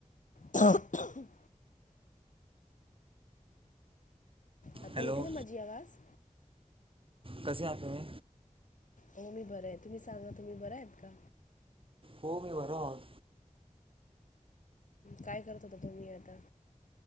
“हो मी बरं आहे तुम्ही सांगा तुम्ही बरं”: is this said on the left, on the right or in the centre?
Left